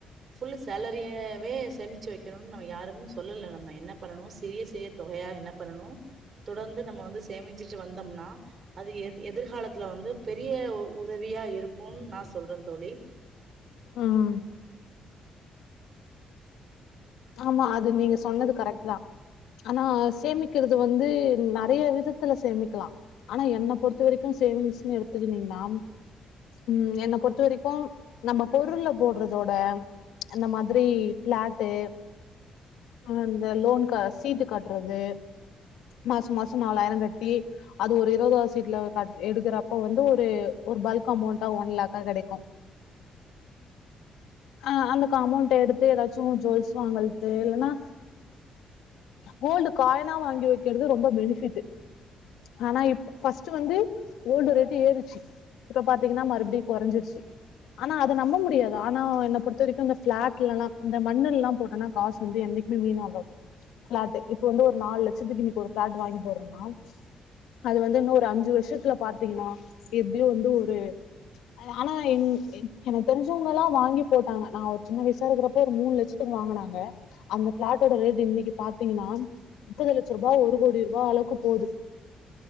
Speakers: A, on the right (about 50°); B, on the left (about 80°).
A: ஃபுல் சேலரியவே சேமிச்சு வைக்கணுனு நம்ம யாருமே சொல்லல நம்ம என்ன பண்ணணு சிறிய சிறிய தொகையா என்ன பண்ணனு தொடர்ந்து நம்ம வந்து சேமிச்சுட்டு வந்தோம்னா அது எது எதிர்காலத்துல வந்து பெரிய உதவியா இருக்குன்னு நா சொல்றே தோழி
B: ம் ஆமா அது நீங்க சொன்னது கரெக்ட்டு தா ஆனா சேமிக்கிறது வந்து நெறைய விதத்துல சேமிக்கலா ஆனா என்னை பொறுத்த வரைக்கு சேவிங்ஸ்ன்னு எடுத்துக்கனீங்கன்னா ம் என்ன பொறுத்த வரைக்கு நம்ம பொருள்ல போட்றதோட இந்தந்த மாதிரி பிளாட்டு அந்த லோன் கா சீட்டு கட்டுறது மாச மாசோ நாலாயிரோ கட்டி அது ஒரு இருவதாவது சீட்ல க எடுக்கறப்ப வந்து ஒரு ஒரு பல்க் அமௌண்டா ஒன் லேக்கா கெடைக்கு ஆ அந்த கா அமௌண்ட எடுத்து எதாச்சு ஜுவல்ஸ் வாங்கல்து இல்லன்னா கோல்டு காயினா வாங்கி வைக்கிறது ரொம்ப பெனிஃபிட்டு ஆனா இப் ஃபஸ்ட்டு வந்து கோல்டு ரேட்டு ஏறிச்சி இப்ப பாத்தீங்கன்னா மறுபடியு கொறஞ்சிச்சி ஆனா அத நம்ப முடியாது ஆனா என்ன பொறுத்த வரைக்கு இந்த பிளாட்ல எல்லா இந்த மண்ணுல எல்லா போட்டனா காஸ் வந்து என்னைக்குமே வீணாவாது பிளாட்டு இப்ப வந்து ஒரு நாலு லட்சத்துக்கு இன்னிக்கு ஒரு பிளாட் வாங்கி போட்றேன்னா அது வந்து இன்னு ஒரு அஞ்சு வருஷ்த்துல பாத்தீங்கனா எப்டியு வந்து ஒரு அது ஆனா எங் என் எனக்கு தெரிஞ்சவங்க எல்லா வாங்கி போட்டாங்க நா ஒரு சின்ன வயசா இருக்கிறப்ப ஒரு மூண் லட்சத்துக்கு வாங்கனாங்க அந்த பிளாட்டோட ரேட்டு இன்னைக்கு பாத்தீங்கனா முப்பது லட்ச ரூபா ஒரு கோடி ரூபா அளவுக்கு போது